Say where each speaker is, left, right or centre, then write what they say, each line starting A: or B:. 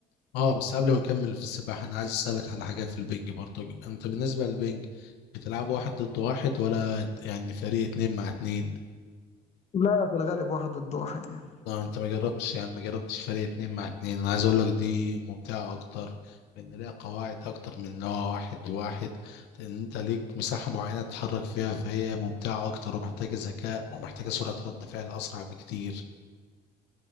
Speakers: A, on the left; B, on the left.
A: اه بس قبل ما اكمل في السباحة انا عايز اسألك على حاجات في البنج برضو انت بالنسبة للبنج بتلعب واحد ضد واحد ولا يعني فريق اتنين مع اتنين
B: لا في الغالب واحد ضد واحد يعني
A: لا انت ما جربتش يعني ما جربتش فريق اتنين مع اتنين انا عايز اقول لك دي ممتعة اكتر لان ليها قواعد اكتر من ان هو واحد واحد لان انت ليك مساحة معينة تتحرك فيها فهي ممتعة اكتر ومحتاجة ذكاء ومحتاجة سرعة رد فعل اسرع بكتير